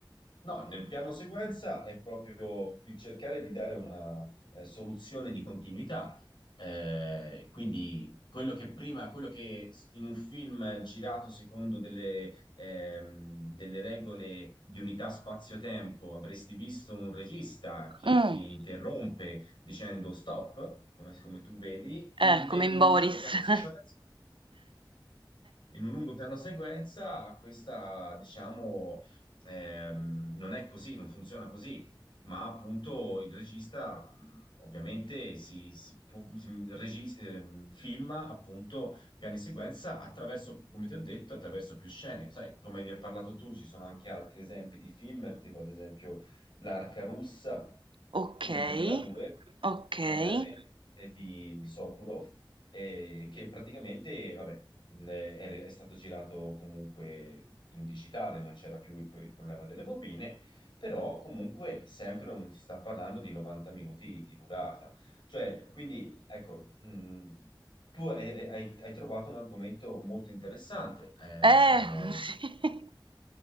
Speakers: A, on the left; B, on the right.
A: No, nel piano sequenza è proprio il cercare di dare una eh, soluzione di continuità. Eh, quindi quello che prima, quello che in un film girato secondo delle, ehm, delle regole di unità spazio-tempo avresti visto un regista che
B: Mh.
A: ti interrompe dicendo stop, come, come tu vedi,
B: Eh,
A: in,
B: come
A: in
B: in Boris.
A: un nuovo piano
B: <laughs>
A: sequenza in un lungo piano sequenza, questa, diciamo, ehm, non è così, non funziona così, ma appunto il regista mh, ovviamente si, si pu- si- regi- ehm, filma appunto piani sequenza attraverso, come ti ho detto, attraverso più scene. Sai, come ne hai parlato tu, ci sono anche altri esempi di film, tipo ad esempio L'Arca russa
B: Okay,
A: del 2002,
B: okay.
A: va bene, eh, di, di Sokurov, eh, che praticamente, vabbè, le- è, è stato girato comunque in digitale, non c'era più il, pro- il problema delle bobine, però comunque sempre un- si sta parlando di 90 minuti di durata. Cioè, quindi, ecco, mh, tu hai, hai- hai trovato un argomento molto interessante, eh,
B: Eh,
A: diciamo,
B: <laughs> sì.